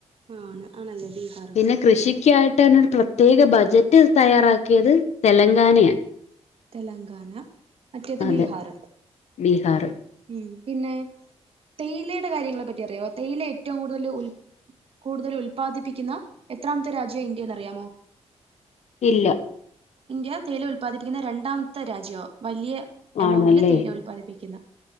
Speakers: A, on the right; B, on the left.
A: ആ ആണ് ആണല്ലേ ബീഹാർ
B: പിന്നെ കൃഷിക്കായി ടെന്നെ ത്യേക ബജറ്റ് തയ്യാറാക്കിയത് തെലങ്കാനയാണ്.
A: തെലങ്കാന മറ്റേത്
B: അതെ
A: ബീഹാർ.
B: ബീഹാർ
A: ഉം പിന്നെ തേയിലയുടെ കാര്യങ്ങളെ പറ്റി അറിയോ തേയില ഏറ്റവും കൂടുതൽ ഉൽ- കൂടുതൽ ഉൽപാദിപ്പിക്കുന്ന എത്രാമത്തെ രാജ്യ ഇന്ത്യ എന്നറിയാമോ?
B: ഇല്ല.
A: ഇന്ത്യ തേയില ഉല്പാദിപ്പിക്കുന്ന രണ്ടാമത്തെ രാജ്യോ വലിയ. എമൗണ്ടില്
B: ആണല്ലേ
A: തേയിലം ഉല്പാദിപ്പിക്കുന്ന